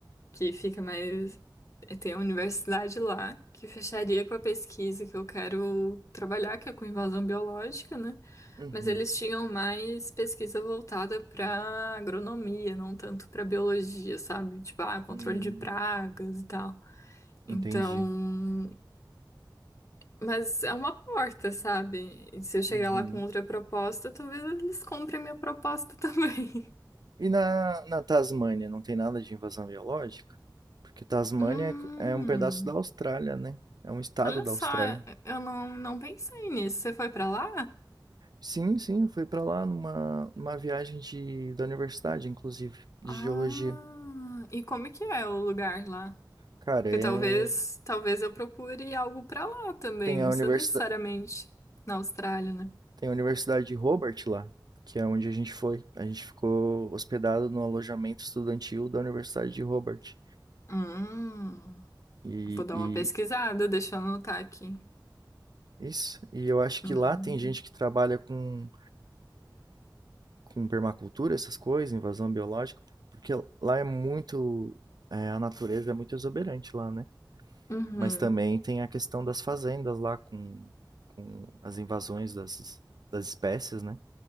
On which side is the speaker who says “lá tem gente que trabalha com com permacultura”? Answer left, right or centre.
Right